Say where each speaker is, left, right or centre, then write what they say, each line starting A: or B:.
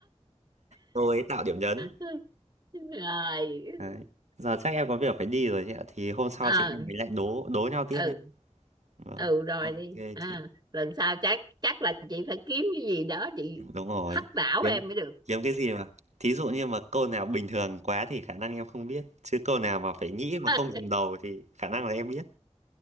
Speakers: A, on the right; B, on the right.
A: cô ấy tạo điểm nhấn
B: <laughs> rồi
A: đấy giờ chắc em có việc phải đi rồi chị ạ thì hôm sau
B: ờ
A: chị em mình lại đố đố nhau tiếp
B: ừ
A: đấy vâng
B: ừ rồi
A: ok
B: đi à,
A: chị
B: lần sau chắc chắc là chị phải kiếm cái gì đó chị
A: đúng rồi
B: hắc đảo
A: kiếm
B: em mới được
A: kiếm cái gì mà thí dụ như mà câu nào bình thường quá thì khả năng em không biết chứ câu nào mà phải nghĩ mà
B: <laughs>
A: không dùng đầu thì khả năng là em biết